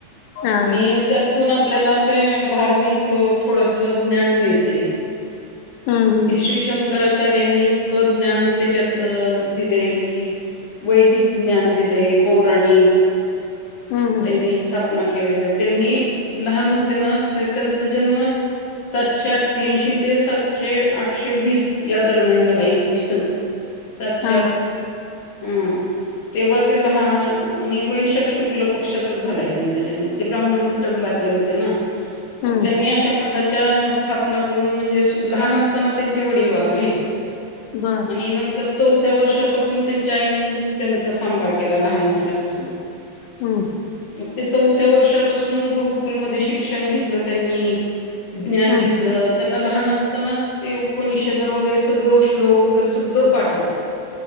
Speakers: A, on the left; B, on the left.
A: हा
B: आणि त्यातून आपल्याला ते धार्मिक थोडस ज्ञान मिळते.
A: हम्म हम्म
B: ति श्री शंकराचार्यांनी क इतकं ज्ञान त्याच्यात दिले की वैदिक ज्ञान दिले, पौराणिक, -
A: हम्म हम्म हम्म
B: त्यांनी स्थापना केलेली त्यांनी लहान होते ना. त्यांचा जन्म सातशे अठ्ठ्याशी ते सातशे आठ आठशे वीस या दरम्यान झाला इसवी सन सातशे
A: हा
B: आठ.
A: हा
B: हम तेव्हा ते लहान आणि वय‌ शक-शुक. कुठ पक्षातच झालाय त्यांचा जन्म ते ब्राहमण कुटुंबातले होते ना
A: हम्म
B: मग त्यांनी अशा स्थापना करून म्हणजे लहान असताना त्यांचे वडील वारले.
A: बर.
B: आणि नंतर चौथ्या वर्षापासून त्यांच्या आईंनीच त्यांचा सांभाळ केला लहान असल्यापासून.
A: हम्म.
B: मग ते चौथ्या वर्षापासून गुरुकुलमध्ये शिक्षण घेतलं त्यांनी, - ज्ञान
A: हम्म
B: घेतलं. त्यांना लहान असतानाच ते उपनिषद वगैरे सगळं श्लोक वगैरे सगळं पाठ होत.